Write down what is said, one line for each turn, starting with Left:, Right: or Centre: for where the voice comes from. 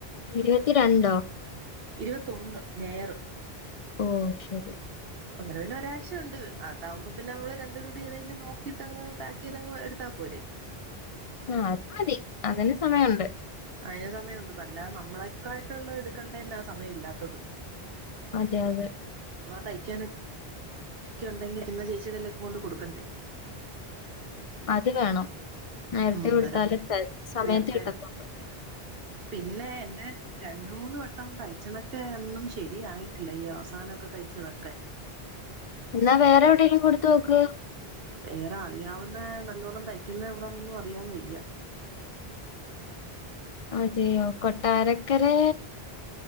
Left: ഇരുപത്തി രണ്ടോ
Right: ഇരുപത്തൊന്ന് ഞായർ
Left: ഓ ശരി
Right: ഒന്ന് രണ്ട് ഒരാഴ്ച്ചയുണ്ട് അതാവുമ്പപ്പിന്നെ നമ്മൾ രണ്ടോരുങ്കൂടി ഏതേലും നോക്കീട്ടങ്ങ് പായ്ക്കെയ്തങ്ങ് എടുത്താ പോരെേ
Left: ആ അത് മതി അതന്നെ സമയുണ്ട്
Right: അയിന് സമയുണ്ട് അല്ലാതെ നമ്മളെക്കായിട്ടല്ല എടുക്കേണ്ട തന്നെ ആ സമയം ഇല്ലാത്തത്
Left: അതെ അതെ
Right: തയ്ക്കാന ക്കെണ്ടെങ്കിൽ ഇന്ന ചേച്ചി ക്കൊക്കെ കൊണ്ട് കൊടുക്കണ്ടേ
Left: അത് വേണം നേരത്തെ
Right: മ്
Left: കൊടുത്താല്
Right: ന്നരം
Left: സമയത്ത്
Right: നേരത്തെ
Left: കിട്ടത്തുള്ളൂ
Right: പിന്നെ എന്റെ രണ്ട മൂന്ന് വട്ടം തയ്ച്ചണക്കെ ഒന്നും ശരിയായിട്ടില്ല ഈ അവസാനമൊക്കെ തയ്ച്ചതൊക്കെ
Left: എന്നാ വേറെ എവിടെങ്കിലും കൊടുത്ത് നോക്ക്
Right: വേറെ അറിയാവുന്ന നല്ലോണ്ണം തയ്ക്കുന്ന എവിടന്നൊന്നും അറിയാൻ വയ്യ
Left: അതെയോ കൊട്ടാരക്കരെ